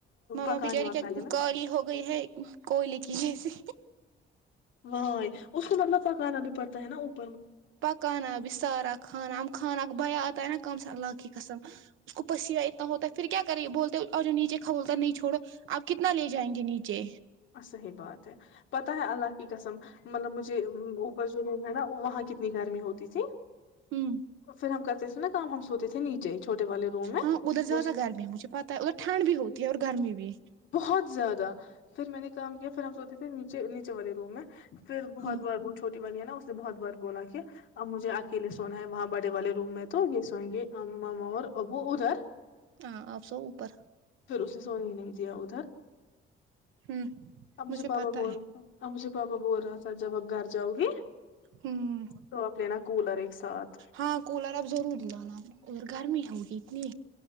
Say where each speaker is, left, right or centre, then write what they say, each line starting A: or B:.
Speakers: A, on the right; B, on the left.
A: ماما
B: پکانے
A: بچاری
B: وکانے
A: کیا
B: میں
A: کی ہو گئی ہے کوئ ل کیج جےسے
B: و اس کو مطلب پکانا بھی پڑتا ہے نا اپر
A: پکانہ بھی سارا خانہ ہم خانا بیا آت آ نا کام سے اللہ کی قسم اس کو پسینہ اتنا ہوتا ہے پھر کیا کریںے بولتے آجو نیچے کبولتا نہیں چھوڑو آپ کتنا لے جائیں گے نیچے
B: صحیح بات ہے پتہ ہے اللہ کے کسم مطلب مجھے اوپر جو روم ہے نا وہاں کتنی گرمی ہوتی تھی
A: ہوں
B: پھر ہم کر نا کا ہم سوتے تھے نیچے چھوٹے والے روم میں
A: ہاں ادھر زیادہ
B: وہ
A: گرمی ہے مجھے پتاہ ہے ادھر ٹھنڈ بھی ہوتی ہے اور گرمی بھی
B: بہت زیادہ پھر میں نے کام کیا پھر ہم سوچتے تھے نیچے نیچے والے روم میں پھر بہت
A: ہوں
B: بار بت چھوٹی بانی ہے نا اس نے بہت بار بولا اوربجھے آ لیے سونا ہے وہاں بڑے والے روم میں تو یہ سوئیں گے اا اور ابو ادھر
A: ہاں آپ سو اوپر
B: پھر اس نے سونی ہو نہیں دیاؤدا
A: ہوں
B: اب مجھے پاپا
A: پتا
B: بول
A: ہے
B: رہا تھا اب مجھے پاپا بول رہا تھا جب آپ گھر جاؤ گی
A: ہوں
B: تو آپ لینا کولر ایک ساتھ
A: ہاں کولر آپ ضرور لانا اور گرمی ہوگی اتنی